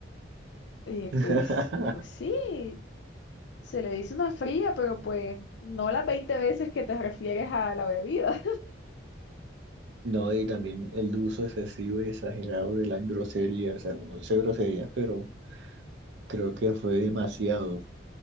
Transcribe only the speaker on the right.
<laughs>
No, y también el uso excesivo y exagerado de las groserías. O sea, uno dice groserías, pero creo que fue demasiado.